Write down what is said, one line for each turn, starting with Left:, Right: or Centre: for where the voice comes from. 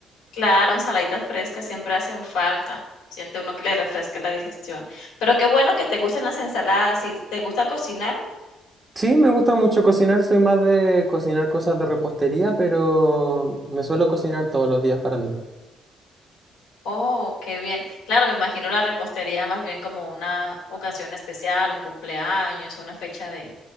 Left: Claro, ensaladitas frescas siempre hacen falta. Siente uno que le refresca la digestión. Pero qué bueno que te gustan las ensaladas. ¿Y te gusta cocinar?
Right: Sí, me gusta mucho cocinar, soy más de cocinar cosas de repostería, pero me suelo cocinar todos los días para mí.
Left: Oh, qué bien. Claro, me imagino la repostería más bien como una ocasión especial, un cumpleaños, una fecha de,